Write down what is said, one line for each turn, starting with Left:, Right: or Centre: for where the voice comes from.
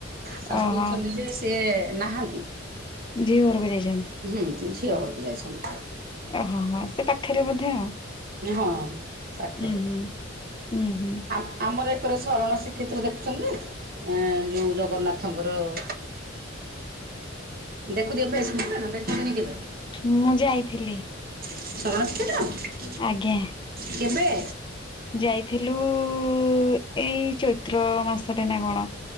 Right: ଶାଶୁ
Left: ଓହୋ
Right: ଅଛନ୍ତି ଯେ ସିଏ ନାହାନ୍ତି।
Left: ଝିଅ ଘରକୁ ଯାଇଚନ୍ତି।
Right: ହୁଁ ଝିଅ ଘରୁକୁ ଯାଇଛନ୍
Left: ଏ ହଁ ହଁ ସେ ପାଖେରେ ବୋଧେ ଆଉ।
Right: ହଁ ପାଖେରେ
Left: ଉୁଁ ହୁଁ ହୁଁ
Right: ଆ ଆମର ଏକରେ ଶରଣ ଶ୍ରୀକ୍ଷେତ୍ର ଦେଖୁଛନ୍ତି ଏ ଯେଉଁ ଜଗନ୍ନାଥଙ୍କର ଉଁ ଦେଖୁଥେ ଫେସବୁକ୍ ରେ ନା ଦେଖନ୍ତିନି କେବେ
Left: ମୁଁ ଯାଇଥିଲି
Right: ଶରଣ ଶ୍ରୀକ୍ଷେତ୍ର
Left: ଆଜ୍ଞା
Right: କେବେ
Left: ଯାଇଥିଲୁ ଉ ଏଇ ଚୈତ୍ର ମାସରେ ନା କଣ